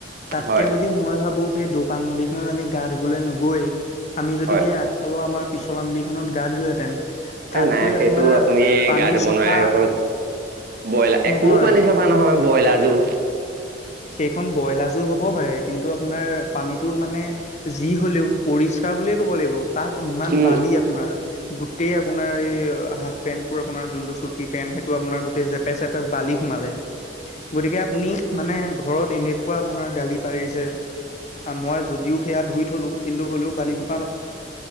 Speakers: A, on the left; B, on the right.
A: তাতকে
B: হয়
A: যদি মই ভাবো, সেই দোপান নদীখনত আমি গা ধুবলৈ নগৈ আমি যদি
B: হয়
A: সেই আগফালৌ আমাৰ পিছলা নদিখনত গাঁ ধুলোহেঁতেন, তাতকৈ
B: এ নাই সেইটো
A: আপোনাৰ
B: আপুনি
A: পানী
B: গা ধুব
A: চফা
B: নোৱাৰে সেক। ব্ৰইলা
A: নহয়
B: একো পানী চফা নহয় ব্ৰইলাৰ জোল।
A: সেইখন ব্ৰইলাৰ জোল হ'ব পাৰে কিন্তু আপোনাৰ পানীতটো মানে যি হলেও পৰিচ স্কা বুলিয়ে ক'ব লাগিব তাত ইমান
B: নো
A: বালি আপোনাৰ গোটেই আপোনাৰ এই অ হা পেনটোৰ আপোনাৰ জোনটো ছুটি পেনট সেটো আপোনাৰ। গোটেই জেপে চেপে বালি সোমালে গতিকে, আপুনি মানে ঘৰত এনেকুৱা আপোনাৰ গালি পাৰিছে। মই যদিও সেয়া ধুই থলো কিন্তু হলেও বালি সো